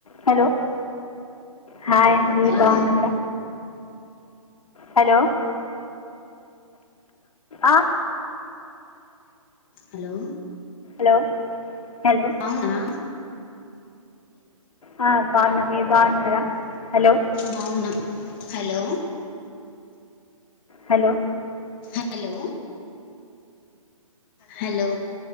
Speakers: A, on the left; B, on the left.
A: Hello hi అండి
B: hello
A: బావున్నర hello అ
B: హలో
A: హలో హలో
B: అవునా
A: ఆ బావున్నా మీరు బావున్నారా హలో
B: బావున్నాం హలో
A: హలో
B: హలో హలో